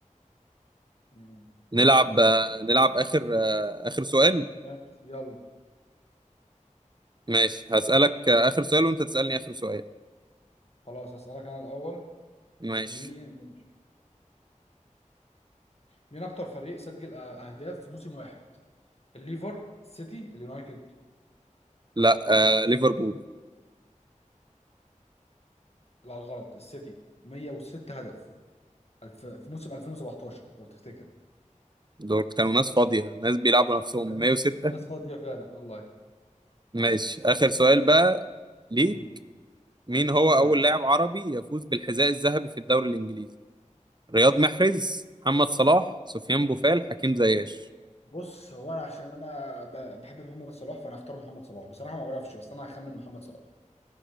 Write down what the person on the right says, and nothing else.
نلعب آه، نلعب آخر آه، آخر سؤال
ماشي هسألك آه، آخر سؤال وأنت تسألني آخر سؤال
ماشي
لا آه ليفربول
دول كانوا ناس فاضية ناس بيلعبوا نفسهم
106
ماشي آخر سؤال بقى
ليك
مين هو
أول لاعب عربي يفوز بالحذاء الذهبي في الدوري الإنجليزي رياض محرز محمد صلاح سفيان بوفال حكيم زياش